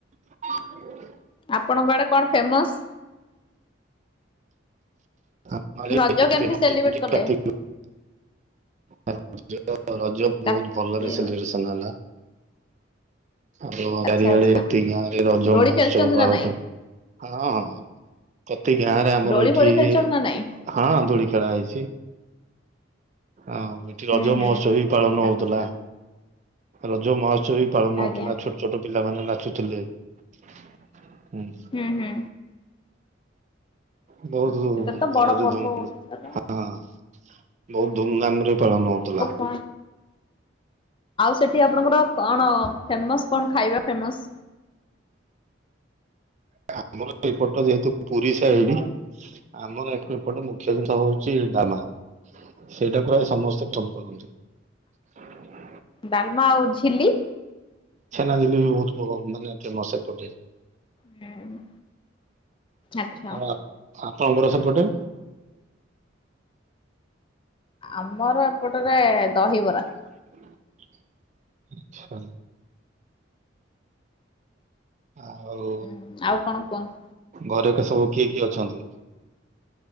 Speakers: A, on the right; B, on the left.
A: <unintelligible>
B: ଆପଣଙ୍କ ଆଡ଼େ କଣ ଫେମସ୍?
A: ଆମର
B: ରଜ
A: ଏଠି
B: କେମତି ସେଲିବ୍ରେଟ
A: ହଉଛି
B: କଲେ?
A: କାର୍ତ୍ତିକ <unintelligible> ରଜ
B: କାର୍ତ୍ତିକ
A: ବହୁତ ଭଲରେ ସେଲିବ୍ରେସନ ହେଲା। ଆଗୁରୁ
B: ଆଚ୍ଛା
A: ଚାରିଆଡ଼େ
B: ଆଚ୍ଛା।
A: ଏତିକି ଗାଁରେ ରଜ
B: ଦୋଳି
A: ମହୋତ୍ସବ
B: ଖେଳିଛନ୍ତି
A: କୁହା
B: ନା
A: ହୋଉଥିଲା
B: ନାଇଁ
A: ହଁ ହଁ। ପ୍ରତି ଗାଁରେ ଆମର
B: ଦୋଳି
A: ଏଠି,
B: ଫୋଳି ଖେଳିଛନ୍ତି ନା ନାଇଁ
A: ହଁ, ଦୋଳି ଖେଳା ହେଇଛି। ଆଉ ଇଠି ରଜ
B: ହୁଁ ହୁଁ।
A: ମହୋତ୍ସବ ବି ପାଳନ ହଉଥିଲା।
B: ଆଚ୍ଛା
A: ରଜ ମହୋତ୍ସବ ବି ପାଳନ
B: ଆଜ୍ଞା
A: ହଉଥିଲା, ଛୋଟ ଛୋଟ ପିଲାମାନେ ନାଚୁଥିଲେ, ହୁଁ।
B: ହୁଁ, ହୁଁ।
A: ବହୁତ
B: ସେଇଟା ତ
A: ଭଲରେ
B: ବଡ଼ ପର୍ବ
A: ଧୁମ୍
B: ଓଡିଶାର।
A: ହଁ ବହୁତ ଧୁମଧାମରେ ପାଳନ ହଉଥିଲା।
B: ଆଉ ସେଠି ଆପଣଙ୍କର କଣ, ଫେମସ୍ କଣ ଖାଇବା ଫେମସ୍?
A: ଆମର ଏଇପଟ ଯେହେତୁ ପୁରୀ ସାଇଡ ଆମର ଏକର ଏପଟ ମୁଖ୍ୟ ଜିନିଷ ହଉଛି ଡାଲମା। ସେଇଟା ପ୍ରାୟ ସମସ୍ତେ ପସନ୍ଦ କରନ୍ତି।
B: ଡାଲମା ଆଉ ଝିଲ୍ଲି?
A: ଛେନାଝିଲ୍ଲି ବି ବହୁତ ପ୍ରକାର ମାନେ ଫେମସ୍ ଏପଟେ।
B: ହୁଁ, ଆଚ୍ଛା।
A: ଆଉ ଆ- ଆପଣଙ୍କର ସେପଟେ?
B: ଆମର ଏପଟରେ ଦହିବରା।
A: ଆଚ୍ଛା। ଆଉ
B: ହୁଁ ଆଉ କଣ କୁହନ୍ତୁ?
A: ଘରେ ଏକ ସବୁ କିଏ କିଏ ଅଛନ୍ତି?